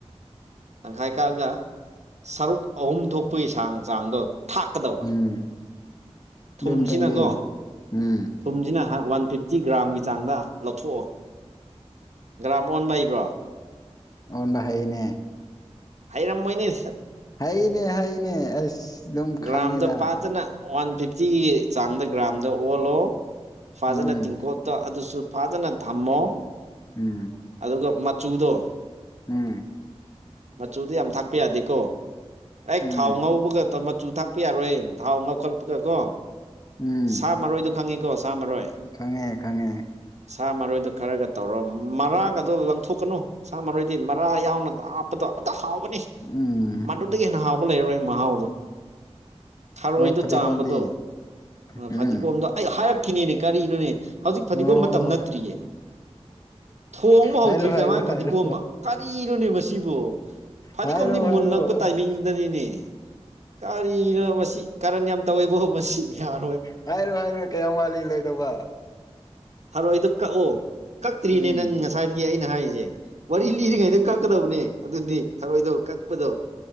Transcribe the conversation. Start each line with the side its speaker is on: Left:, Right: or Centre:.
Right: ꯇꯪꯈꯥꯏ ꯀꯛꯑꯒ ꯁꯔꯨꯛ ꯑꯍꯨꯝ ꯊꯣꯛꯄꯒꯤ ꯆꯥꯡ ꯆꯥꯡꯗꯣ ꯊꯥꯛꯀꯗꯧꯕ
Left: ꯎꯝ ꯑꯗꯨ
Right: ꯊꯨꯝꯁꯤꯅꯀꯣ
Left: ꯃꯇꯨꯡꯗꯤ ꯎꯝ
Right: ꯊꯨꯝꯁꯤꯅ ꯋꯥꯟ ꯐꯤꯐꯇꯤ ꯒ꯭ꯔꯥꯝꯒꯤ ꯆꯥꯡꯗ ꯂꯧꯊꯣꯛꯑꯣ ꯒ꯭ꯔꯥꯝ ꯑꯣꯟꯕ ꯍꯩꯕ꯭ꯔꯣ
Left: ꯑꯣꯟꯗꯥ ꯍꯩꯅꯦ
Right: ꯍꯥꯏꯩꯔꯝꯃꯣꯏꯅꯤ
Left: ꯍꯩꯅꯦ ꯍꯩꯅꯦ ꯑꯁ ꯑꯗꯨꯝ
Right: ꯒ꯭ꯔꯥꯝꯗ
Left: ꯈꯪꯉꯦꯗ
Right: ꯐꯖꯅ ꯋꯥꯟ ꯐꯤꯐꯇꯤꯒꯤ ꯆꯥꯡꯗ ꯒ꯭ꯔꯥꯝꯗ ꯑꯣꯜꯂꯣ ꯐꯖꯅ
Left: ꯎꯝ
Right: ꯇꯤꯡꯀꯣꯇ ꯑꯗꯨꯁꯨ ꯐꯖꯅ ꯊꯝꯃꯣ
Left: ꯎꯝ
Right: ꯑꯗꯨꯒ ꯃꯆꯨꯗꯣ
Left: ꯎꯝ
Right: ꯃꯆꯨꯗꯤ ꯌꯥꯝ ꯊꯥꯛꯄ ꯌꯥꯗꯦꯀꯣ ꯑꯩ
Left: ꯎꯝ
Right: ꯊꯥꯎ ꯉꯧꯕꯒ ꯃꯇꯝ ꯃꯆꯨ ꯊꯥꯛꯄ ꯌꯥꯔꯣꯏ ꯊꯥꯎ ꯉꯥꯎꯈꯠꯄꯒ ꯀꯣ
Left: ꯎꯝ
Right: ꯁꯥ ꯃꯔꯣꯏꯗꯣ ꯈꯪꯉꯤꯀꯣ ꯁꯥ ꯃꯔꯣꯏ
Left: ꯈꯪꯉꯦ ꯈꯪꯉꯦ
Right: ꯁꯥ ꯃꯔꯣꯏꯗꯣ ꯈꯔꯒ ꯇꯧꯔꯣ ꯃꯔꯥꯒꯗꯣ ꯂꯪꯊꯣꯛꯀꯅꯨ ꯁꯥ ꯃꯔꯣꯏꯗꯤ ꯃꯔꯥ ꯌꯥꯎꯅ ꯍꯥꯞ ꯑꯣ ꯑꯇ ꯍꯥꯎꯕꯅꯤ
Left: ꯎꯝ
Right: ꯃꯗꯨꯇꯗꯒꯤ ꯍꯦꯟꯅ ꯍꯥꯎꯕ ꯂꯩꯔꯣꯏ ꯃꯍꯥꯎꯗꯣ ꯊꯔꯣꯏꯗꯣ
Left: ꯑꯣ ꯐꯗꯤꯒꯣꯝꯗꯤ
Right: ꯆꯥꯝꯕꯗꯣ
Left: ꯎꯝ
Right: ꯐꯗꯤꯒꯣꯝꯗꯣ ꯑꯩ ꯍꯥꯏꯔꯛꯈꯤꯅꯤꯅꯦ ꯀꯔꯤꯅꯣꯅꯦ ꯍꯧꯖꯤꯛ ꯐꯗꯤꯒꯣꯝ
Left: ꯑꯣ ꯍꯣ
Right: ꯃꯇꯝ
Left: ꯍꯣꯏ
Right: ꯅꯠꯇ꯭ꯔꯤꯌꯦ ꯊꯣꯡꯕ
Left: ꯍꯥꯏꯔꯣ
Right: ꯍꯧꯗ꯭ꯔꯤ
Left: ꯍꯥꯏꯔꯣ
Right: ꯀꯔꯝꯍꯥꯏꯅ
Left: ꯍꯥꯏꯔꯣ
Right: ꯐꯗꯤꯒꯣꯝꯝꯕ ꯀꯔꯤꯅꯣꯅꯦ ꯃꯁꯤꯕꯨ ꯐꯗꯤꯒꯣꯝꯗꯤ
Left: ꯍꯥꯏꯔꯣ ꯍꯥꯏꯔꯣ
Right: ꯃꯨꯜꯂꯛꯄ ꯇꯥꯏꯃꯤꯡꯗꯨꯗꯅꯤꯅꯦ
Left: ꯑꯁ
Right: ꯀꯔꯤꯅꯣ ꯃꯁꯤ ꯀꯔꯟ ꯌꯥꯝ ꯇꯧꯋꯦꯕꯣ ꯃꯁꯤ ꯌꯥꯔꯣꯏ
Left: ꯍꯥꯏꯔꯣ ꯍꯥꯏꯔꯣ ꯀꯌꯥꯝ ꯋꯥꯂꯤ ꯂꯣꯏꯗꯧꯕ
Right: ꯍꯔꯣꯏꯗꯨ ꯀꯛꯑꯣ ꯀꯛꯇ꯭ꯔꯤꯅꯦ
Left: ꯎꯝ
Right: ꯅꯪ ꯉꯁꯥꯏꯗꯒꯤ ꯑꯩꯅ ꯍꯥꯏꯔꯤꯁꯦ ꯋꯥꯔꯤ ꯂꯤꯔꯤꯉꯩꯗ ꯀꯛꯀꯗꯕꯅꯦ ꯑꯗꯨꯅꯤ ꯊꯔꯣꯏꯗꯣ ꯀꯛꯄꯗꯣ